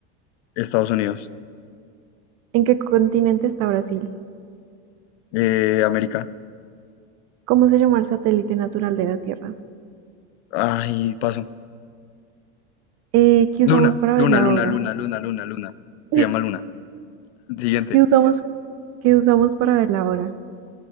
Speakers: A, on the left; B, on the right.
A: Estados Unidos.
B: ¿En qué continente está Brasil?
A: Eh, América.
B: ¿Cómo se llama el satélite natural de la Tierra?
A: Ay, paso.
B: Eh, ¿qué usamos
A: Luna,
B: para ver
A: luna,
B: la
A: luna,
B: hora?
A: luna, luna, luna, luna.
B: <laughs>
A: Se llama Luna. Siguiente.
B: ¿Qué usamos, qué usamos para ver la hora?